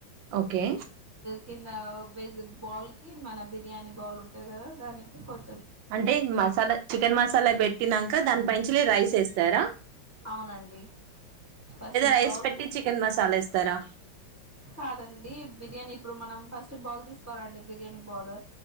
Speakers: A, on the right (about 75°); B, on the right (about 25°).
A: ఓకే
B: కింద వెజ్ బౌల్ కి మన బిర్యానీ బౌల్ ఉంటంది కదా దానికి కొం
A: అంటే మసాలా చికెన్ మసాలా పెట్టినంక దానిపైంచి రైస్ వేస్తారా
B: అవునండి ఫస్ట్
A: రైస్
B: బౌల్కి
A: పెట్టి చికెన్ మసాలా ఏస్తారా?
B: కాదండి బిర్యానీ ఇప్పుడు మనం ఫస్ట్ బౌల్ తీస్ కోాలండి బిర్యానీ బౌాల్